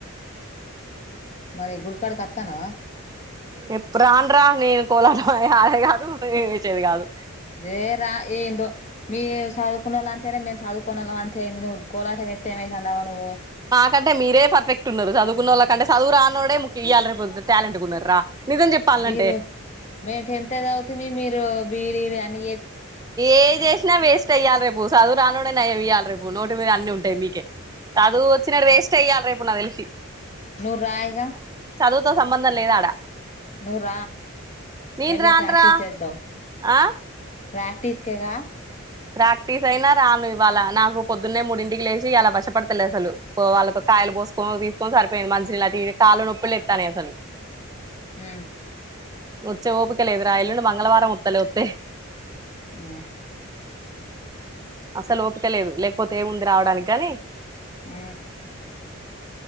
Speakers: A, on the left; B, on the right.
A: మరి గుడికాడకి వస్తానవా
B: ఎప్పు రాన్రా నేను కోలాటం అ అదే కాదు నేను వేసేది కాదు
A: నేరా ఏంద మీ సాధవుకున్న వాళ్ళు అంతేనా మేము సాధవుకు వాళ్ళ అంతే అంది నువ్వు గోలాటం ఎత్తే ఏమవుతు అందావా నువ్వు
B: కంటే మీరే పర్ఫెక్ట్ ఉన్నారు చదువుకున్నళ్ళకంటే చదువు రా అన్నడే ము ఇ్యాలేపో టాలెంట్ ఉన్నారు రా నిజం చెప్పాలంటే
A: మీరు మే టెన్త్ అది అవుతుంది మీరు బీడి అని
B: ఏ చేసినా వేస్ట్ అయ్యాలి రేపుూ సో అవు రానుడే నయ ఇయ్యాలి రేపు నోటి మీద అన్ని ఉంటాయి మీకే స అది వచ్చినడు వేస్ట్ అయ్యాలి రేపు నా తె
A: నూర ఇగా
B: చదువుతో సంబంధం లేదు ఆడ
A: నూర
B: నేను
A: మెల్ల
B: రాను
A: ప్రాక్టీస్
B: రా
A: చేద్దాం
B: ఆ
A: ప్రాక్టీస్కేగా
B: ప్రాక్టీస్ అయినా రాను ఇవాళ నాకు పొద్దున్నే మూడింటికి లేచి అలా వశపడతలే అసలు పో వాళ్ళతో కాయలు పోసుకొని తీసుకొని సరిపోయింది మంచిషిన ఇలా కాళ్ళు నొప్పులు ఎస్తాని అసలు
A: హ
B: ముచ్చే ఊపుికలేదరా ఇల్ మంగళవారం ముత్తలే ఉత్తే
A: ఆ
B: అసలు ఓపిక లేదు లేకపోతే ఏముంది రావడానికి గాని
A: ఆ